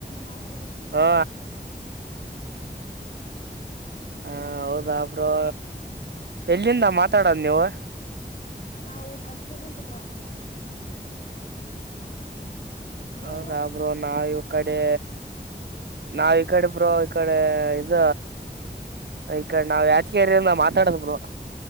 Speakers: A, on the left; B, on the right.
A: ಮಾತ್ರ ತರ ಕತಷ
B: ಹ
A: ನಕ
B: ಹ ಹೌದಾ ಬ್ರೋ. ಎಲ್ಲಿಂದ ಮಾತಾಡೋದು ನೀವು.
A: ನಾವು ಕಾಶ್ಮೀರ ಅಂತ್ ಬ್ರೋ ನೀವ್
B: ಹೌದ
A: ಬ್ರೋ
B: ಬ್ರೋನಾವ ಕಡೆ. ನಾವ್ ಈ ಕಡೆ ಬ್ರೋ. ಈ ಕಡೆ ಇದ ಈ ಕಡೆ ನಾವ್ ಯಾಚಗೇರಿಯಿಂದ ಮಾತಾಡದರು.